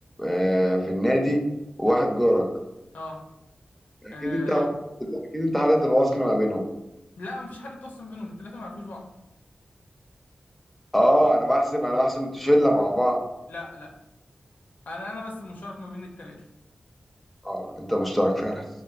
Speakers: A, in the centre; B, on the left.
A: آه، في النادي وواحد جارك
B: اه
A: اكيد
B: آه،
A: انت اكيد انت حاله الوصل ما بينهم
B: لا مفيش حد تواصل بينهم التلاتة معرفوش بعض
A: اه انا بحسب انا بحسب انتوا شله مع بعض
B: لا لا انا انا بس المشترك ما بين التلاتة
A: اه انت مشترك فعلا